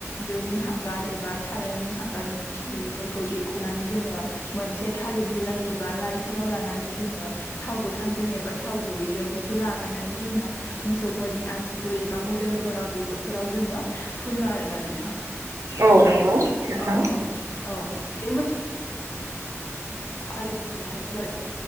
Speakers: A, on the left; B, on the right.
A: दोनि हांगार एबा सारायनि हांगारनि खिथुनिफोरखौ एरख'नानै जोंङो मोनसे थालिर बिलाइ एबा लाइफोराव लानानै जोंङो थाव गोथांजों एबा थाव गुबै जों लागायनानै जोंङो मोसौफोरनि आसुगुर एबा मोदोफोराव बिगुरफोराव जोंङो फुनो। आरोना नोंथां।
B: औ। नंगौ नोंथां
A: औ औ औ बे मोसौ फालिनाय जाब